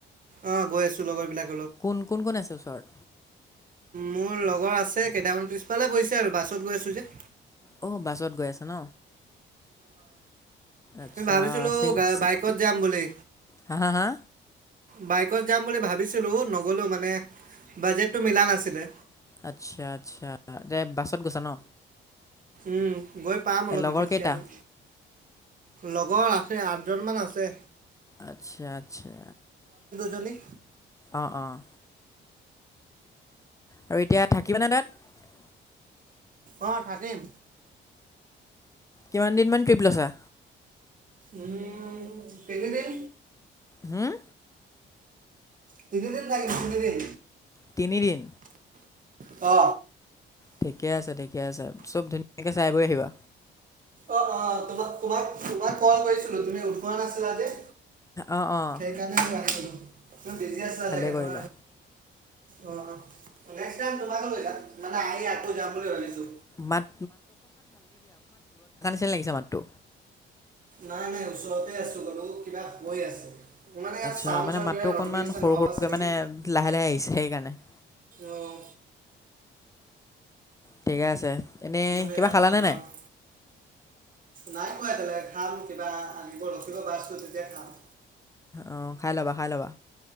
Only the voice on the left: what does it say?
কোন, কোন, কোন আছে ওচৰত?
আহ বাছত গৈ আছে ন? আচ্ছা
আছিল
হা, হা, হা।
আচ্ছা, আচ্ছা। গৈছা ন
এই
লগৰ
কেইটা
আচ্ছা আচ্ছা
অঁ অঁ আৰু এতিয়া থাকিবানে তাত
কিমান দিন মান ট্ৰিপ লৈছা?
হম
তিনিদিন
ঠিকে আছে ঠিকে আছে চব ধুনীয়াকে চাই বৈ আহিবা।
অঁ অঁ
ভালেই
কৰিলা
মাত চ লাগিছে মাতটো
আচ্ছা
মানে
মাতটো
অকনমান
সৰু
সৰুকে
মানে লাহে লাহে আহিছে সেইকাৰণে। <inaudible>
ঠিকে আছে এনেই
কিবা খালানে
নাই?
অ খাই ল'বা খাই ল'বা